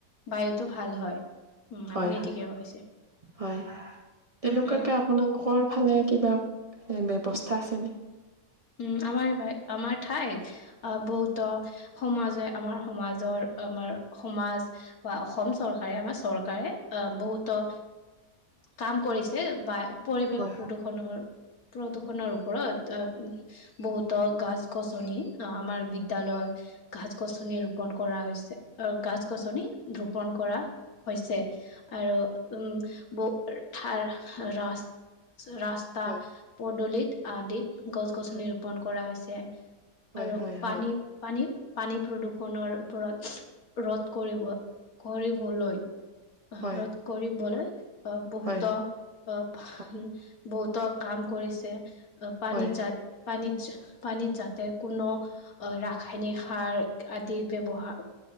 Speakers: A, on the left; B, on the right.
A: বায়ুতো ভাল হয়। উম,
B: হয়,
A: আপুনি
B: হয়,
A: ঠিকে কৈছে।
B: হয় তেনেকুৱাকে
A: উম,
B: আপোনালোকৰ ফালে কিবা হে ব্যৱস্থা আছেনে?
A: উম, আমাৰ আমাৰ ঠাইত বহুত সমাজে আমাৰ সমাজৰ আমাৰ সমাজ বা অসম চৰকাৰে আমাৰ চৰকাৰে, আহ বহুতো কাম কৰিছে বা পৰিৱেশ
B: হয়,
A: প্ৰদূৰষণৰ প্ৰদূৰষণৰ ওপৰত। বহুতো গছ-গছনি, আমাৰ বিদ্য়ালয় গছ-গছনি ৰোপন কৰা হৈছে। গছ-গছনি ৰোপন কৰা হৈছে আৰু উম বাৰ ৰা ৰাস্তা
B: হয়, হয়,
A: পদূলিত আদিত গছ-গছনি
B: হয়,
A: ৰুপন কৰা হৈছে।
B: হয়,
A: আৰু
B: হয়,
A: পানী,
B: হয়,
A: পানী, পানী প্ৰদূৰষণৰ ওপৰত ৰ'দ কৰিব, কৰিবলৈ আহ
B: হয়,
A: ৰ'দ কৰিবলৈ আহ' বহুতো
B: হয়,
A: অ'
B: হয়,
A: বহুতো কাম কৰিছে। পানীজাত
B: হয়,
A: পানীত যাতে কোনো ৰাসায়নিক সাৰ আদি ব্যৱহাৰ